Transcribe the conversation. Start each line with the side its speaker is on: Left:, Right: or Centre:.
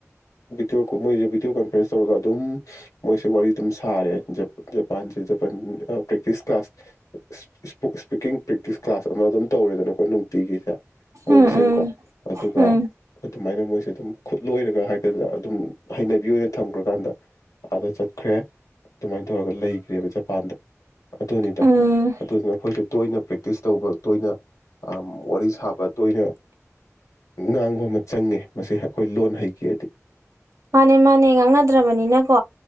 Left: ꯚꯗꯤꯑꯣ ꯃꯣꯏꯁꯦ ꯚꯤꯗꯤꯑꯣ ꯀꫭꯟꯐ꯭ꯔꯦꯟꯁ ꯇꯧꯔꯒ ꯑꯗꯨꯝ ꯃꯣꯏꯁꯦ ꯋꯥꯔꯤ ꯑꯗꯨꯝ ꯁꯥꯔꯦ ꯖꯄꯥꯟꯁꯦ ꯖꯄꯥꯟ ꯄ꯭ꯔꯦꯛꯇꯤꯁ ꯀ꯭ꯂꯥꯁ ꯏꯁ ꯁ꯭ꯄꫭ ꯁ꯭ꯄꫭ ꯄꯤꯀꯤꯡ ꯄ꯭ꯔꯦꯛꯇꯤꯁ ꯀ꯭ꯂꯥꯁ ꯑꯃ ꯑꯗꯨꯝ ꯇꯧꯔꯦꯗꯅꯀꯣ ꯅꯨꯡꯇꯤꯒꯤꯁꯦ ꯃꯣꯏ
Right: ꯎꯝ
Left: ꯃꯁꯦꯟꯀꯣ ꯑꯗꯨꯒ
Right: ꯎꯝ
Left: ꯑꯗꯨꯃꯥꯏꯅ ꯃꯣꯏꯁꯦ ꯑꯗꯨꯝ ꯈꯨꯠꯂꯣꯏꯔꯒ ꯍꯥꯏꯒꯗꯔ ꯑꯗꯨꯝ ꯍꯩꯅꯕꯤ ꯑꯣꯏꯅ ꯊꯝꯈ꯭ꯔꯀꯥꯟꯗ ꯑꯥꯗ ꯆꯠꯈ꯭ꯔꯦ ꯑꯗꯨꯃꯥꯏꯅ ꯇꯧꯔꯒ ꯂꯩꯈ꯭ꯔꯦꯕ ꯖꯄꯥꯟꯗ ꯑꯗꯨꯅꯤꯗ
Right: ꯎꯝ
Left: ꯑꯗꯨꯗꯨꯅ ꯑꯩꯈꯣꯏꯁꯨ ꯇꯣꯏ ꯅ ꯄ꯭ꯔꯦꯛꯇꯤꯁ ꯇꯧꯕ ꯇꯣꯏꯅ ꯑꯝ ꯋꯥꯔꯤ ꯁꯥꯕ ꯇꯣꯏꯅ ꯉꯥꯡꯕ ꯑꯃ ꯆꯪꯉꯦ ꯃꯁꯤ ꯑꯩꯈꯣꯏ ꯂꯣꯟ ꯍꯩꯒꯦ ꯍꯥꯏꯗꯤ
Right: ꯃꯥꯅꯦ ꯃꯥꯅꯦ ꯉꯥꯡꯅꯗ꯭ꯔꯕꯅꯤꯅꯀꯣ